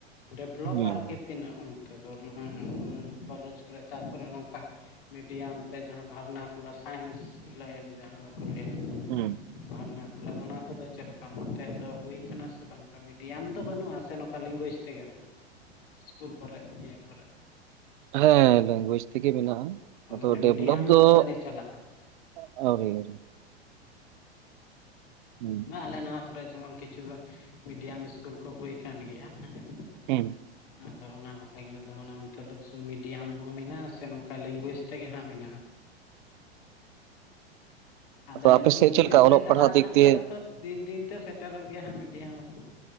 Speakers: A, on the left (about 60°); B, on the right (about 50°).
A: ᱰᱮᱵᱷᱞᱚᱯ
B: ᱦᱩᱸ
A: ᱟᱨᱠᱤ ᱹᱹᱹᱹ ᱛᱤᱱᱟᱹᱜ ᱚᱱᱛᱮ ᱫᱚ ᱢᱟᱱᱮ ᱠᱚᱞᱮᱡᱽ ᱠᱚᱨᱮ ᱛᱟᱨᱯᱚᱨᱮ ᱱᱚᱝᱠᱟ ᱹᱹᱹᱹ ᱢᱤᱰᱤᱭᱟᱢ ᱛᱮ ᱡᱟᱦᱟᱸ ᱵᱷᱟᱨᱱᱟᱠᱩᱞᱟᱨ ᱥᱟᱭᱮᱱᱥ ᱞᱟᱭᱤᱱ ᱡᱟᱦᱟᱸ ᱫᱚ ᱠᱚ ᱞᱟᱹᱭᱟ
B: ᱦᱩᱸᱻ
A: ᱵᱷᱟᱨᱱᱟ ᱠᱩᱞᱟᱨ ᱚᱱᱟ ᱠᱚᱫᱚ ᱪᱮᱫᱞᱮᱠᱟ ᱚᱱᱛᱮ ᱫᱚ ᱦᱩᱭ ᱠᱟᱱᱟ ᱥᱮ ᱵᱟᱝ ᱢᱤᱫ? ᱜᱮᱭᱟᱱ ᱫᱚ ᱵᱟᱹᱱᱩᱜᱼᱟ ᱥᱮ ᱱᱚᱝᱠᱟ ᱞᱮᱝᱜᱩᱭᱮᱡ ᱛᱮᱜᱮ ᱢᱮᱱᱟᱜᱼᱟ, ᱥᱠᱩᱞ ᱠᱚᱨᱮ, ᱤᱭᱟᱹ ᱠᱚᱨᱮ?
B: ᱦᱮᱸ ᱞᱮᱝᱜᱩᱭᱮᱡ ᱛᱮᱜᱮ ᱢᱮᱱᱟᱜᱼᱟ
A: ᱢᱟᱱᱮ
B: ᱟᱫᱚ
A: ᱢᱤᱰᱤᱭᱟᱢ
B: ᱰᱮᱵᱞᱚᱯ ᱫᱚ
A: ᱨᱮᱫᱚ ᱟᱹᱣᱨᱤ ᱪᱟᱞᱟᱜᱼᱟ
B: <unintelligible> ᱦᱩᱸ
A: ᱵᱟᱝ ᱟᱞᱮ ᱱᱚᱣᱟ ᱠᱚᱨᱮ ᱡᱮᱢᱚᱱ ᱠᱤᱪᱷᱩ ᱢᱤᱰᱤᱭᱟᱢ ᱤᱥᱠᱩᱞ ᱠᱚ ᱦᱩᱭ ᱠᱟᱱ ᱜᱮᱭᱟ ᱦᱮᱸ,
B: ᱦᱩᱸ
A: ᱟᱫᱚ ᱚᱱᱟ ᱠᱟᱛᱷᱟ ᱜᱤᱧ ᱞᱟᱹᱭ ᱫᱟ ᱢᱟᱱᱮ ᱚᱱᱛᱮ ᱫᱚ <unintelligible> ᱢᱤᱰᱤᱭᱟᱢ ᱦᱚᱸ ᱢᱮᱱᱟᱜᱼᱟ ᱥᱮ ᱱᱚᱝᱠᱟ ᱞᱮᱝᱜᱩᱭᱮᱡ ᱛᱮᱜᱮ ᱦᱟᱸᱜ ᱢᱮᱱᱟᱜᱼᱟ? <inaudible> ᱟᱫᱚ ᱱᱤᱛᱚᱜ
B: ᱟᱯᱮ ᱥᱮᱫ
A: ᱞᱮᱝᱜᱩᱭᱮᱡ
B: ᱪᱮᱫ ᱞᱮᱠᱟ ᱚᱞᱚᱜ
A: ᱨᱮ ᱪᱟᱞᱟᱣ
B: ᱯᱟᱲᱦᱟᱜ
A: ᱟᱠᱟᱱ
B: ᱫᱤᱠ ᱫᱤᱭᱮ
A: ᱠᱷᱟᱡ ᱦᱚᱭᱛᱳ ᱫᱤᱱ ᱫᱤᱱ ᱛᱮ ᱥᱮᱴᱮᱨᱚᱜ ᱜᱮᱭᱟ ᱦᱟᱸᱜ ᱢᱤᱰᱤᱭᱟᱢ ᱨᱮ᱾